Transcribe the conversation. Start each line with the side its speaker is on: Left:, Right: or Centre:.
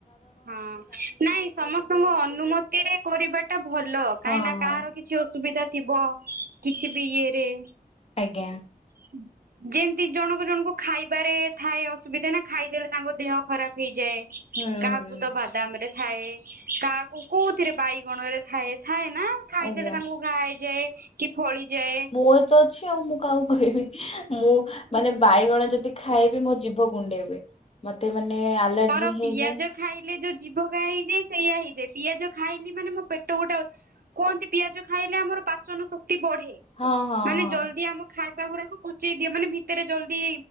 Right: ହଁ ନାଇଁ ସମସ୍ତଙ୍କ ଅନୁମତି ରେ କରିବା ଟା ଭଲ
Left: ହଁ
Right: କାହିଁନା
Left: ହଁ
Right: କାହାର କି ଛି ଅସୁବିଧା ଥିବ କିଛି ବି ଇଏ ରେ।
Left: ଆଜ୍ଞା।
Right: ହୁଁ। ଯେନ୍ତି ଜଣକୁ ଜଣକୁ ଖାଇବାରେ ଥାଏ ଅସୁବିଧା ନା ଖାଇଦେଲେ ତାଙ୍କ ଦେହ ଖରାପ ହେଇଯାଏ।
Left: ହୁଁ। ହୁଁ।
Right: ଗୁଟ ବାଦାମ ରେ ଥାଏ କାହାକୁ କୋଉଥିରେ ବାଇଗଣ ରେ ଥାଏ ଥାଏ ନା। ଖାଇଦଲେ
Left: ଆଜ୍ଞା।
Right: ତାଙ୍କୁ ଘା ହେଇଯାଏ କି ଫଳିଯାଏ।
Left: ପୁ ତ ଅଛି ଆଉ ମୁଁ କାହାକୁ କହିବି ମୁଁ ମାନେ ବାଇଗଣ ଯଦି ଖାଇ ବିି ମୋ ଜୀଭ କୁଣ୍ଡେଇ ହୁଏ ମତେ ମାନେ ଆଲର୍ଜି
Right: ମୋର
Left: ହେଇଯାଏ।
Right: ପିଆଜ ଖାଇଲେ ଯୋଉ ଜୀଭଘା ହେଇଯାଏ ସେଇଆ ହେଇଯାଏ ପିଆଜ ଖାଇଲି ମାନେ ମୋ ପେଟ ଗୋଟେ ଅଛି। କୁହନ୍ତି ପିଆଜ ଖାଇଲେ ଆମର ପାଚନ ଶକ୍ତି ବଢେ।
Left: ହଁ ହଁ
Right: ମାନେ
Left: ହଁ
Right: ଜଲଦି ଆମ ଖାଇବା ଗୁରାକୁ ପଚେଇ ଦିଅ ମାନେ ଭିତରେ ଜଲଦି